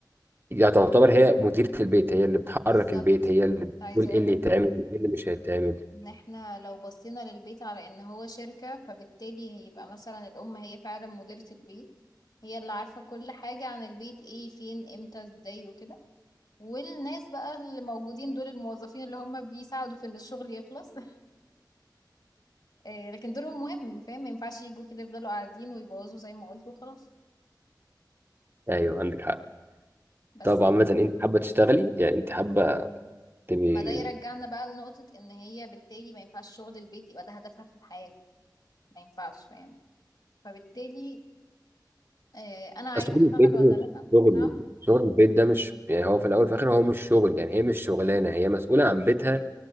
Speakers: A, on the right; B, on the left.
A: يعني تعتبر هي مديرة البيت هي اللي بتحرك
B: بالظبط
A: البيت هي اللي
B: كنت
A: بتقول
B: عايزة
A: ايه
B: اقولك
A: اللي يتعمل
B: كده
A: ايه اللي مش هيتعمل
B: ان احنا لو بصينا للبيت على ان هو شركة فبالتالي هيبقى مثلا الام هي فعلا مديرة البيت هي اللي عارفة كل حاجة عن البيت ايه فين امتى ازاي وكده والناس بقى اللي موجودين دول الموظفين اللي هم بيساعدوا في ان الشغل يخلص <laughs> آه، لكن دورهم مهم فاهم ما ينفعش يجوا كده يفضلوا قاعدين ويبوظوا زي ما قلت وخلاص
A: ايوه عندك حق
B: بس
A: طب عامة انت حابة تشتغلي يعني انت حابة تبقي
B: ما ده يرجعنا بقى لنقطة ان هي بالتالي ما ينفعش شغل البيت يبقى ده هدفها في الحياة ما ينفعش فاهم فبالتالي آه، انا عايزة
A: اصل شغل
B: اشتغل
A: البيت ده
B: ولا
A: مش
B: لأ
A: شغل
B: نعم
A: شغل البيت ده مش يعني هو في الاول وفي الاخر هو مش شغل يعني هي مش شغلانه هي مسؤوله عن بيتها